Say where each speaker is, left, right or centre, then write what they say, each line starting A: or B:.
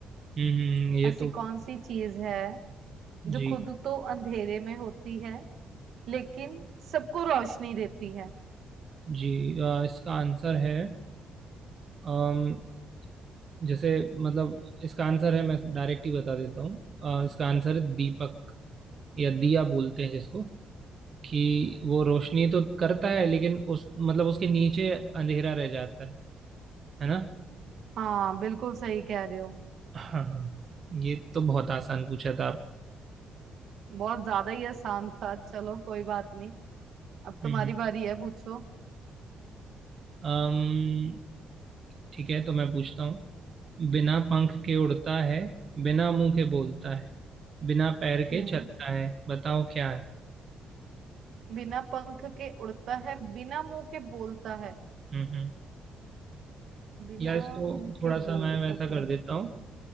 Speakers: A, on the right; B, on the right.
A: हम्म हम्म, ये
B: ऐसी
A: तो
B: कौन सी चीज है जो
A: जी
B: खुद तो अंधेरे में होती है लेकिन सबको रोशनी देती है
A: जी आ, इसका आंसर है अम, जैसे मतलब इसका आंसर है मैं डायरेक्ट ही बता देता हूँ आ, इसका आंसर है दीपक या दिया बोलते हैं जिसको कि वो रोशनी तो करता है लेकिन उस मतलब उसके नीचे अंधेरा रह जाता है है ना
B: हाँ बिल्कुल सही कह रहे हो
A: हाँ हाँ ये तो बहुत आसान पूछा था आप
B: बहुत ज्यादा ही आसान था चलो कोई बात नहीं अब तुम्हारी
A: हम्म।
B: बारी है पूछो
A: अम्म ठीक है तो मैं पूछता हूँ बिना पंख के उड़ता है बिना मुंह के बोलता है बिना पैर के
B: हम्म
A: चलता है बताओ क्या है
B: बिना पंख के उड़ता है बिना मुंह के बोलता है
A: हम्म, हम्म।
B: बिना
A: या इसको
B: मुंह के
A: थोड़ा सा
B: बोलता
A: मैं वैसा कर
B: है
A: देता हूँ